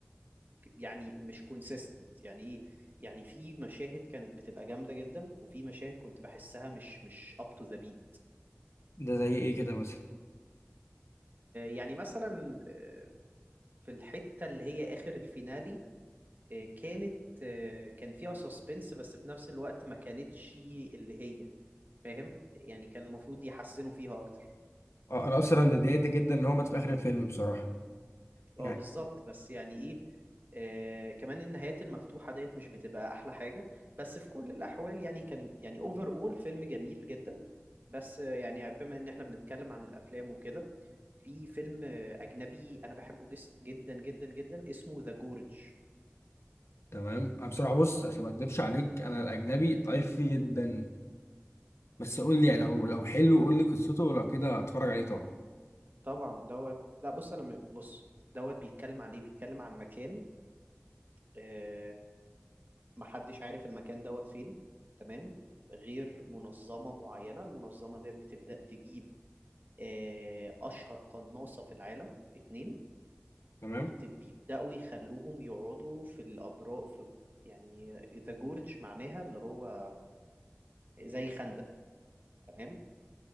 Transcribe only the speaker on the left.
ده زي ايه كده مثلا
اه انا اصلا اتضايقت جدا ان هو مات في اخر الفيلم بصراحه يعني
تمام انا بصراحه بص عشان ما اكذبش عليك انا الاجنبي ضعيف فيه جدا بس قول لي يعني لو لو حلو قول لي قصته
ولو كده اتفرج عليه طبعا
تمام